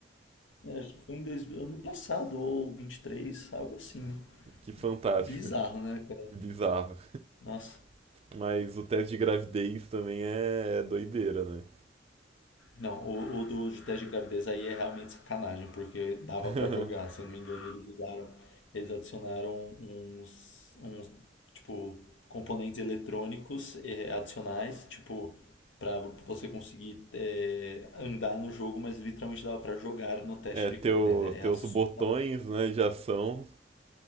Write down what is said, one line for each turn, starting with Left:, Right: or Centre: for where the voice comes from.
Left: É, acho que foi em dois, ano passado, ou 23, algo assim.
Right: <laughs> Que fantástico.
Left: Bizarro, né, cara?
Right: Que Bizarro.
Left: Nossa.
Right: Mas o teste de gravidez também é é doideira, né?
Left: Não, o, o do de teste de gravidez aí é realmente sacanagem, porque dava
Right: <laughs>
Left: pra jogar, se eu não me engano, eles usaram, eles adicionaram uns, uns tipo, componentes eletrônicos eh, adicionais, tipo, pra você conseguir eh, andar no jogo, mas literalmente dava pra jogar no teste
Right: É, teu,
Left: de gravidez. É é
Right: teus
Left: assustador,
Right: botões, né, de ação.